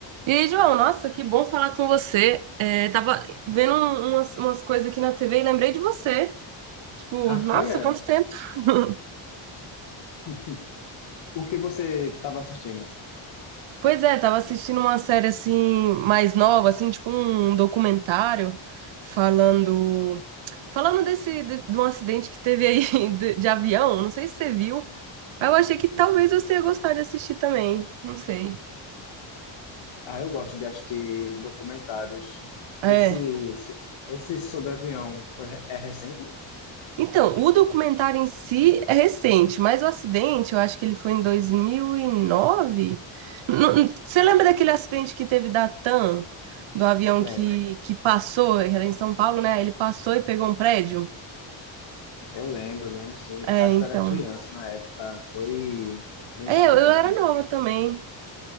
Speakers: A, on the right (about 70°); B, on the left (about 70°).
A: E aí, João, nossa, que bom falar com você. É, tava vendo um- umas, umas coisas aqui na TV e lembrei de você. Tipo,
B: Ah,
A: nossa,
B: foi, é.
A: quanto tempo. <laughs>
B: <laughs> O que você estava assistindo?
A: Pois é, tava assistindo uma série assim, mais nova, assim, tipo um documentário falando. Falando desse, de, de um acidente que teve aí <laughs> de, de avião, não sei se você viu. Mas Eu achei que talvez você ia gostar de assistir também. Não sei.
B: Ah, eu gosto de assistir documentários.
A: É.
B: Esse, so- esse sobre avião foi, re- é recente?
A: Então, o documentário em si é recente, mas o acidente, eu acho que ele foi em 2009. Não- não- Você lembra daquele acidente que teve da TAM, do avião
B: Lembro.
A: que, que passou, era em São Paulo, né? Ele passou e pegou um prédio?
B: Eu lembro, lembro sim.
A: É,
B: Eu acho
A: então.
B: que eu era criança na época. Foi bem
A: É,
B: impactante.
A: eu, eu era nova também.